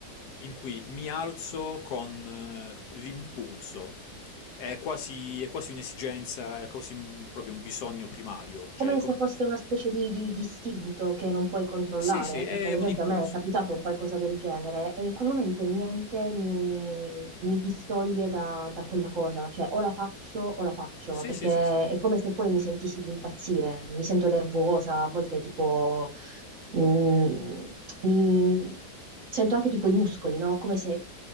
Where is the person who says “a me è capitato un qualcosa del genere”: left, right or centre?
Right